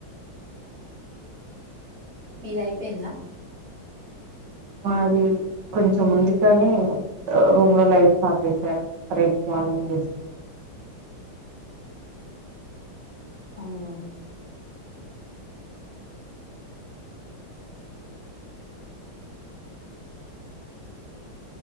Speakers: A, on the right; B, on the right.
A: మీది అయిపోయిందా
B: మాది కొంచెం ఉంది కానీ ని రూమ్ లో లైట్స్ ఆపేశారు రేపు మా మార్నింగ్ చేసుకోవాలి
A: అవునా